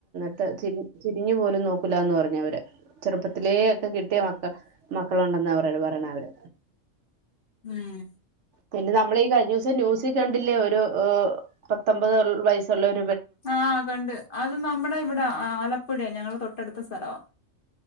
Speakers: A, on the right; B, on the left.
A: ത്ത് ചിരിഞ് ചിരിഞ്ഞു പോലും നോക്കുല്ലാന്ന് പറഞ് അവര് ചെറുപ്പത്തിലേ ഒക്കെ കിട്ടിയ മക്ക മക്കളുണ്ടെന്ന് പറയാൻ പറയണ അവര്
B: ഉം
A: പിന്നെ നമ്മഈ കഴിഞ്ഞ ദിവസം ന്യൂസി കണ്ടില്ലേ ഒരു ഓഹ് പത്തൊമ്പത് വയസ്സുള്ള ഒ
B: ആഹ് കണ്ട് അത് നമ്മുടെ ഇവിടെ ആലപ്പുഴ ഞങ്ങളുടെ തൊട്ടടുത്ത സ്ഥലവാ